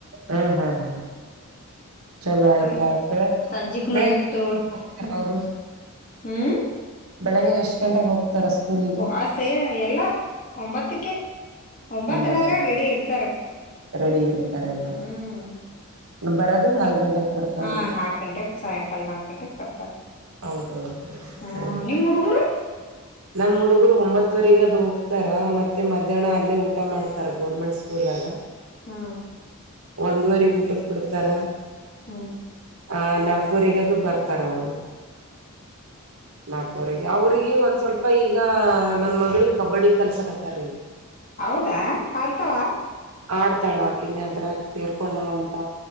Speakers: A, on the right; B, on the left.
A: ಹ್ಮ್ ಹ್ಮ್ ಹ್ಮ್ ಚಲೋ ಆಯ್ತಾ
B: ಆಯ್ತ್
A: ಬೆ
B: ಸಂಜಿಕ್ನು
A: ಬೆ
B: ಇಟ್ಟು
A: <unintelligible>
B: ಹ್ಮ್
A: ಅವರು
B: ಹ್ಮ್
A: ಬೆಳಗ್ ಎಷ್ಟ ಗಂಟೆಗೆ ಹೋಗ್ತಾರ ಸ್ಕೂಲಿಗೆ
B: ಆ ಸೇ ಎಲ್ಲ ಒಂಬತ್ತಕ್ಕೆ ಒಂಬತ್ತ
A: ಒಂಬತ್ತು
B: ಅನದ್ರಾಗ ರೆಡಿ ಇರ್ತಾರ
A: ರೆಡಿ ಇರ್ತಾರೆನ್ನು
B: ಹ್ಮ್
A: ಬರೊದು ನಾಲ್ಕ ಗಂಟೆಗೆ ಬರ್ತಾರಲ್ಲ
B: ಹಾ ನಾಲ್ಕ್ ಗಂಟೆಗೆ ಸಾಯಂಕಾಲ ನಾಕ್ ಗಂಟೆಗೆ ಬರ್ತಾರ
A: ಅ
B: ಹ್ಮ್
A: ಸರಿ
B: ನಿಮ್ ಹುಡುಗರು
A: ನಮ್ ಹುಡುಗರು ಒಂಬತ್ತವರೆಗ ಅದು ಹೋಗ್ತಾರ ಮತ್ತೆ ಮಧ್ಯಾಹ್ನ ಅಲ್ಲೇ ಊಟ ಮಾಡ್ತಾರ ಗೋರ್ಮೆಂಟ್ ಸ್ಕೂಲ್ಗ
B: ಹ್ಮ್
A: ಒಂದುವರೆಗ ಊಟಕ್ ಬಿಡ್ತಾರ
B: ಹ್ಮ
A: ಆ ನಾಲ್ಕೂರಿಗದು ಬರ್ತಾರ ಅವರು ನಾಲ್ಕವರೆಗೆ ಅವ್ರಿಗೆ ಒಂದ್ ಸ್ವಲ್ಪ ಈಗ ನನ್ ಮಗಳಿಗೆ ಕಬಡ್ಡಿ ಕಲ್ಸಕತ್ತಾರೀಗ
B: ಹೌದಾ ಮಾಡತಾವಾ
A: ಆಡ್ತಾಳ ಆಕಿನ್ನೆ ಅದ್ರಾಗ ಸೇರ್ಕೊಂಡಳ ಅಂತ